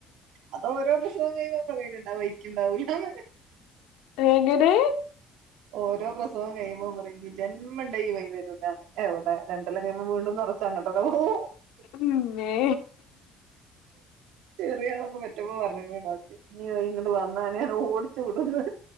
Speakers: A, on the right (about 80°); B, on the left (about 85°).
A: അത് ഓരോ <unintelligible> ഇണ്ടാവോക്കെ ഇണ്ടാവൂല ന്ന്.
B: ഏങ്ങനെ?
A: ഓരോ പ്രസവം കയ്യുമ്പോ പറി ഇന് ജന്മണ്ട ഈ വൈ വരൂലാന്ന് എവടെ രണ്ടൊല്ലം കയ്യുമ്പോ വീണ്ടു <unintelligible> കുറച്ചങ്ങട്ടന്നെ <unintelligible>
B: <unintelligible> മ്മേ.
A: ചെറിയ ആളൊക്കെ പെറ്റപ്പോ പറഞ്ക്ണ് ഡോക്ട്രെ ഇന് <unintelligible> ഇങ്ങട്ട് വന്നാ അന്ന ഞാ ഓടിച്ചു വിടൂന്ന്.